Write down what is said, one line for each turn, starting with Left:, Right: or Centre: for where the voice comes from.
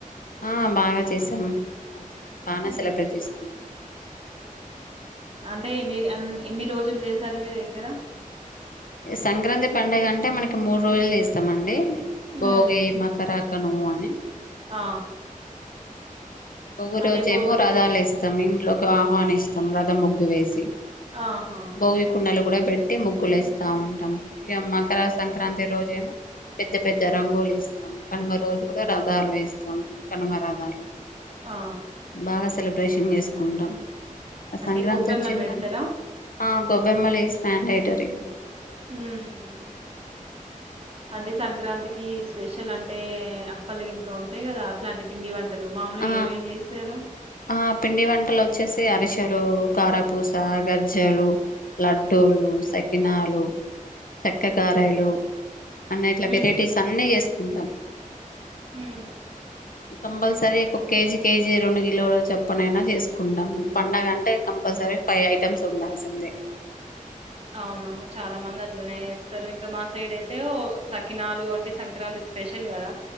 Left: ఆ బాగ్నే చేసామ్ మంచిగా బానే
Right: ఉమ్,
Left: సెలబ్రేట్ చేస్కున్నాం
Right: అంటే ఎన్ని అన్ ఎన్ని రోజులు చేసారు మీ దగ్గర
Left: సంక్రాంతి పండుగ అంటే మనకి మూడు రోజులు చేస్తామండి భోగి
Right: ఉమ్,
Left: మాక్కరాకము అని.
Right: ఆ
Left: భొగీ
Right: అంటే
Left: రోజేమో
Right: బో
Left: రధాలు ఏస్తాం ఇంట్లోకి ఆహ్వానిస్తాం రధం ముగ్గు వేసి.
Right: ఆహ్.
Left: భోగి కుండలు కూడా పెట్టి ముగ్గులు ఏస్తా ఉంటాం ఇగా మకర సంక్రాంతి రోజేమో. పెద్ద పెద్ద రంగులు ఏస్తాం కనుమ రోజు కూడా రధాలు ఏస్తాం కనుమ రథలు.
Right: ఆ
Left: బాగా సెలబ్రేషన్ చేస్కుంటాం.
Right: అంటే
Left: సంక్రాంతి
Right: కొబ్బెమ్మలు
Left: ఓచ్చిందంటే
Right: పెడతారా
Left: ఆహ్ గోబ్బేమ్మాలేసి <unintelligible>
Right: ఊమ్. అంటే సంక్రాంతికి స్పెషల్ అంటే అప్పలు ఇంకా ఉంటాయి కదా అట్లాంటి పిండి వంట. తలు మామూలుగా
Left: ఆ
Right: ఏమేం చేస్తారు.
Left: ఆ పిండి వంటలు వచ్చేసి అరిసెలు కారపూస గజ్జలు లడ్డూలు సకినాలు. చెక్క గారెలు. అన్న ఇట్లా వెరైటీస్
Right: ఉమ్
Left: అన్నీ చేస్కుంటాం.
Right: హ్మ్
Left: కంపల్సరీ ఒక కేజీ కేజీ రెండు కిలోలు చప్పనైనా చేస్కుంటాం పండగ అంటే కంపల్సరీ. ఫైవ్ ఐటమ్స్ ఉండాల్సిందే.
Right: అవునవును చాలా మంది అట్లనే చేస్తారు ఇంకా మా సైడ్ అయితే ఓ సకినాలు అంటే సంక్రాంతి. ఈరోజ్ స్పెషల్ కదా